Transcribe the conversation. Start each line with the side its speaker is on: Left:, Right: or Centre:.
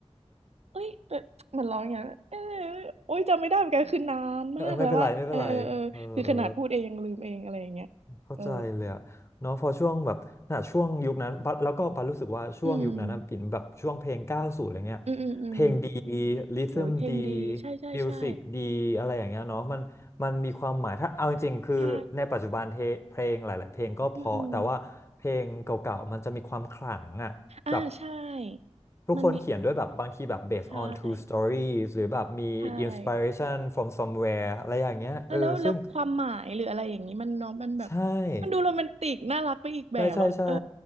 Right: เอ้ยแบบเหมือนร้องอย่างเงี้ยเออโอ้ยจำไม่ได้เหมือนกันคือนานมากแล้วว่าเออเออเออคือขนาดพูดเองยังลืมเองอะไรอย่างเงี้ยเออ
Left: เออไม่เป็นไรไม่เป็นไรเออเออ เข้าใจเลยอะเนาะพอช่วงแบบน่ะช่วงยุคนั้นบัสแล้วก็บัสรู้สึกว่าช่วงยุคนั้นนะปิ่นแบบช่วงเพลง90อะไรเงี้ยเพลงดี
Right: อืมอืมอืมอืม
Left: ริทึมดี
Right: โอ้ยเพลงดีใช่ใช่ใช่
Left: มิวสิกดีอะไรอย่างเงี้ยเนาะมันมันมีความหมายถ้าเอาจริงๆคือในปัจจุบันเทเพลงหลายๆเพลงก็เพราะแต่ว่าเพลงเก่าๆมันจะมีความขลังอะแบบ
Right: ใช่อืมอืมอ่าใช่
Left: ทุกคนเขียนด้วยแบบบางทีแบบ
Right: มันมี
Left: based
Right: ใช่
Left: on true stories หรือแบบมี
Right: ใช่
Left: inspiration from somewhere อะไรอย่างเงี้ยเออซึ่ง
Right: แล้วแล้วแล้วความหมายหรืออะไรอย่างนี้มันเน้องมันแบบ
Left: ใช่
Right: มันดูโรแมนติกน่ารักไปอีกแบบอะเออ
Left: ใช่ใช่ใช่